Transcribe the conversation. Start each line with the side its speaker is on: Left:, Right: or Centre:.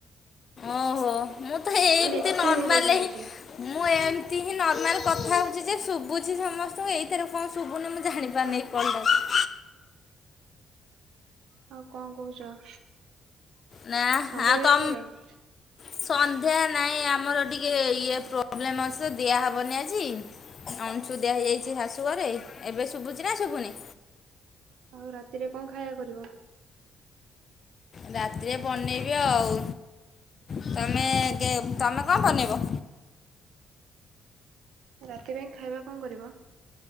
Left: ଓହୋ ମୁଁ ତ ଏମିତି
Right: ମାନେ ଏତେ
Left: ନର୍ମାଲରେ
Right: ଧୀରେ ଶୁଭୁଛି।
Left: ହିଁ ମୁଁ ଏମିତି ହିଁ ନର୍ମାଲ କଥା ହେଉଛି ଯେ ଶୁଭୁଛି ସମସ୍ତଙ୍କୁ ଏଇଥିରେ କଣ ଶୁଭୁନି ମୁଁ ଜାଣିପାରୁନାହିଁ। ବନ୍ଦ ଅଛି।
Right: ଆଉ କଣ କହୁଛ ସନ୍ଧ୍ୟା
Left: ନା ଆଉ
Right: ଦେଇ
Left: ତମ
Right: ସାରିଲଣି?
Left: ସନ୍ଧ୍ୟା ନାଇଁ ଆମର ଟିକେ ଇଏ ପ୍ରୋବ୍ଲେମ ଅଛିତ ଦିଆହେବନି ଆଜି। ଅଣଶୁଦ୍ଧିଆ ହେଇଯାଇଛି ଶାଶୁ ଘରେ ଏବେ ଶୁଭୁଛି ନା ଶୁଭୁନି।
Right: ଆଉ ରାତିରେ କଣ ଖାଇବା କରିଵ?
Left: ରାତିରେ ବନେଇବି ଆଉ ତମେ ଗେ ତମେ କଣ ବନେଇବ?
Right: ରାତି ପାଇଁ ଖାଇବା କଣ କରିବ?